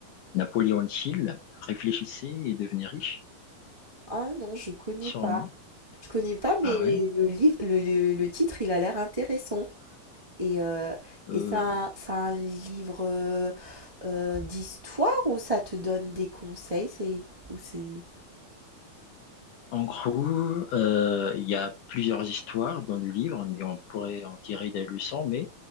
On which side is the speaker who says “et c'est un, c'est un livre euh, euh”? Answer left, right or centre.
Right